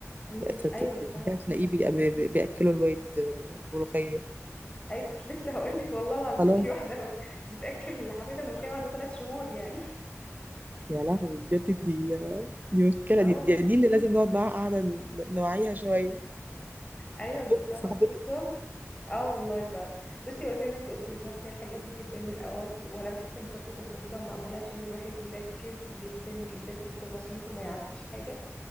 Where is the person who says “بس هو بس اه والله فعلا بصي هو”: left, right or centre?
Left